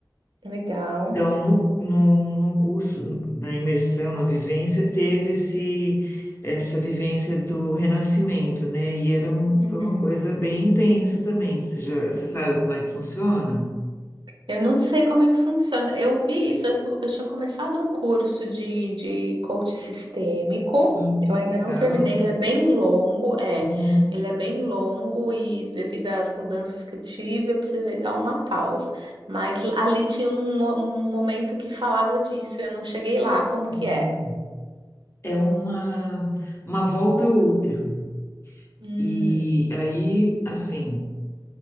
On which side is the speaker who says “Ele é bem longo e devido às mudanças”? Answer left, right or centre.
Right